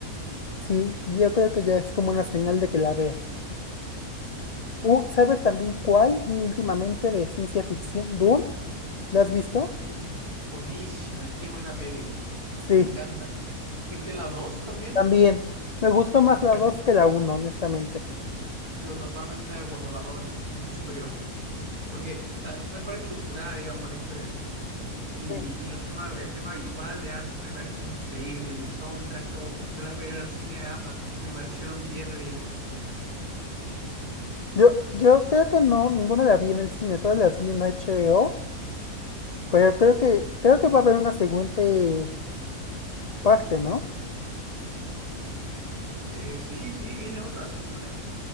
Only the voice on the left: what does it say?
Sí, y yo creo que ya es como una señal de que la vea. Uh, ¿sabes también cuál vi últimamente de ciencia ficción? Dune. ¿La has visto?
Sí,
también. Me gustó más la 2 que la uno, honestamente.
Sí.
Yo, yo creo que no, ninguna la vi en el cine, todas las vi en HBO, pero creo que, creo que va a haber una siguiente parte, ¿no?